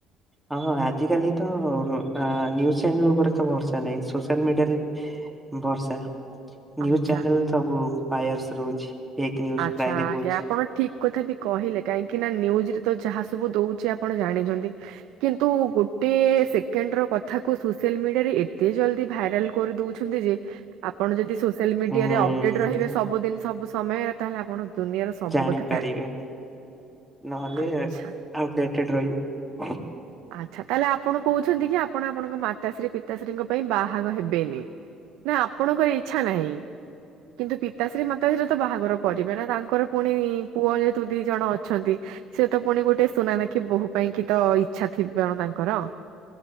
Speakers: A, in the centre; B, on the right (about 80°).
A: ହଁ ହଁ ଆଜି କାଲି ତ ନିୁଜ ଚ୍ୟାନେଲ ଉପରେ ତ ଭରସା ନାହିଁ ସୋସିଆଲ ମିଡିଆରେ ବର୍ଷା ନ୍ୟୁଜ
B: ଆଚ୍ଛା
A: ଚ୍ୟାନେଲ ସବୁ ପାୟରସ୍ ରହୁଛି। ଫେକ୍ ନ୍ୟୁଜ୍
B: ଆଚ୍ଛା
A: ପ୍ରାୟ ଦେଖଉଛି।
B: ଆଜ୍ଞା ଆପଣ ଠିକ୍ କଥା ବି କହିଲେ କାହିଁକି ନା ନ୍ୟୁଜରେ ତ ଯାହା ସବୁ ଦେଉଛି ଆପଣ ଜାଣିଛନ୍ତି। କିନ୍ତୁ ଗୋଟେ ସେକେଣ୍ଡ ର କଥାକୁ ସୋସିଆଲ ମିଡିଆରେ ଏତେ ଜଲଦି ଭାଇରାଲ କରିଦଉଛନ୍ତି ଯେ ଆପଣ ଯଦି ସୋସିଆଲ ମିଡିଆରେ
A: ହୁଁ
B: ଅପଡେଟ ରହିବେ ସବୁ ଦିନ୍ ସବୁ ସମୟରେ ତାହେଲେ ଆପଣ ଦୁନିଆର ସବୁ
A: ଜାଣିପାରିବେ,
B: କଥା
A: ନହେଲେ
B: ଆଚ୍ଛା।
A: ଆଉ ଡେଟଡ଼ ରହିବି।
B: ଆଚ୍ଛା ତାହେଲେ ଆପଣ କହୁଛନ୍ତି କି ଆପଣ ଆପଣଙ୍କ ମାତାଶ୍ରୀ ପିତାଶ୍ରୀଙ୍କ ପାଇଁ ବାହାଘ ହେବେନି। ନା ଆପଣଙ୍କର ଇଚ୍ଛା ନାହିଁ କିନ୍ତୁ ପିତାଶ୍ରୀ ମା ସତରେ ତ ବାହାଘର ପରିବେ ନା ତାଙ୍କର ପୁଣି ପୁଅ ଯେହେତୁ ଦି ଜଣ ଅଛନ୍ତି ସେ ତ ପୁଣି ଗୋଟେ ସୁନା ଦେଖି ବୋହୁ ପାଇଁ କି ତ ଇଚ୍ଛା ଥିବ ତାଙ୍କର।